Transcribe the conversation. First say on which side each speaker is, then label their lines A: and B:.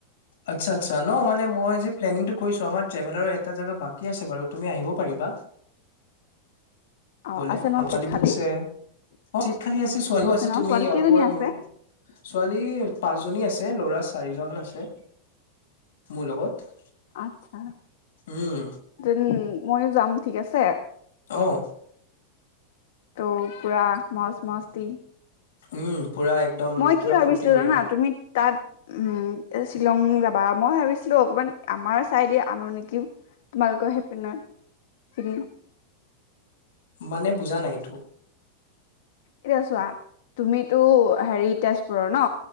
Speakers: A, on the left; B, on the left.
A: আচ্ছা, আচ্ছা ন মানে মই যে প্লেনিংটো কৰিছো, আমাৰ টেভেলৰ এটা জ বাকী আছে বাৰু তুমি আহিব পাৰিবা।
B: অ'
A: বলে
B: আছে ন চিট
A: ছোৱালছে
B: খালী?
A: চীত খালি আছে ছোৱালীও আছে
B: ন?
A: তুমি
B: ছোৱালী কেইজনী
A: অকল
B: আছে?
A: ন ছোৱালী পাঁচজনী আছে ল'ৰা চাৰিজন আছে। মোৰ লগত
B: আছা
A: উম
B: যে ময়। যাম ঠিক আছে।
A: আহ
B: ত' পুৰা মজ মস্তি
A: উম পুৰা একদম
B: মই
A: পুৰা
B: কি ভাবিছিলো
A: ফূৰ্তি কৰিম
B: জানা তুমি তাত উম শ্বিলং যাবা মই ভাবিছিলো অকমান আমাৰ চাইডে আনো নেকি তোমালোকৰ সেইপিনৰ খিনি।
A: মানে বুজা নাইতো
B: এতিয়া চোৱা তুমিতো হেৰি তেজপুৰৰ ন